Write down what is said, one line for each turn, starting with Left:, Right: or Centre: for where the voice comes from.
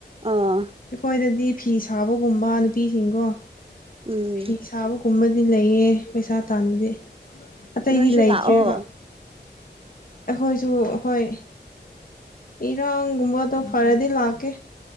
Right: ꯑꯥ
Left: ꯑꯩꯈꯣꯏꯗꯗꯤ ꯐꯤ ꯁꯥꯕꯒꯨꯝꯕ ꯅꯨꯄꯤꯁꯤꯡꯒꯣ
Right: ꯎꯝ
Left: ꯐꯤ ꯁꯥꯕꯒꯨꯝꯕ ꯗꯤ ꯂꯩꯌꯦ ꯄꯩꯁꯥ ꯇꯥꯅꯗꯤ ꯑꯇꯩꯗꯤ
Right: ꯅꯣꯏꯁꯨ
Left: ꯂꯩꯇ꯭ꯔꯦꯕ
Right: ꯂꯥꯛꯑꯣ
Left: ꯑꯩꯈꯣꯏꯁꯨ ꯍꯣꯏ ꯏꯔꯣꯪꯒꯨꯝꯕꯗꯣ ꯐꯔꯗꯤ ꯂꯀꯦ